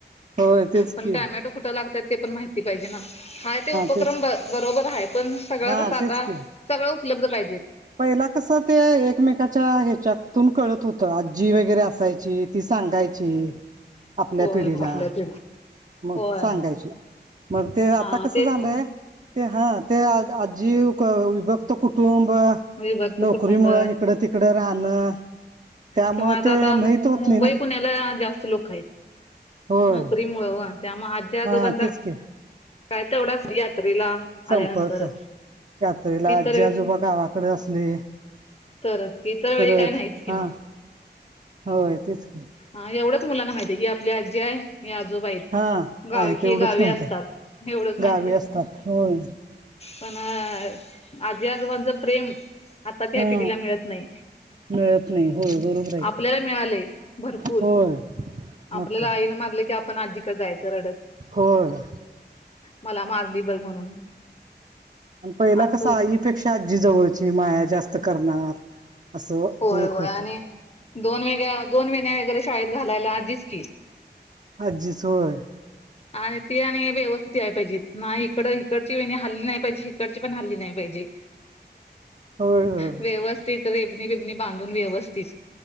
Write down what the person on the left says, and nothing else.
पण
टायमॅटो कुठे लागतात ते पण माहिती पाहिजे ना हा ते उपक्रम
बरोबर आहे पण सगळं
कसं आता
सगळं उपलब्ध पाहिजेत.
होय
होय
होय
हा
तेच
की
विभक्त
कुटुंब
किंवा आता
आता मुंबई
लोक आहेत
नोकरी मुळे त्यामुळे आजी
आजोबाचा
काय तेवढाच यात्रेला
आल्यानंतरच
इतर
तरच की इतर वेळी
काय नाहीच की
मग
ह एवढंच मुलांना माहितीय ही आपली आजी आहे ही आजोबा आहेत.
गावी
हे गावी
असतात
एवढंच माहिती
आहे.
पण आजी आजबांचं प्रेम आताच्या
हया पीढीला मिळत नाही.
आपल्याला मिळालेय भरपूर
आपल्याला
आईन मारलं की आपण आजीकडे जायचं रडत.
मला मारली बग म्हणून
असं
होत
होय
होय
आणि दोन वेगळ्या दोन वेण्या वगैरे शाळेत घालायला आजीच की
आणि ती आणि व्यवस्थित या पाहिजे नाही इकड इकडची वेणी हल्ली नाही पाहिजे इकडची पण नाय हल्ली पाजे
व्यव तर रेबनी बिबनी बांधून व्यवस्थित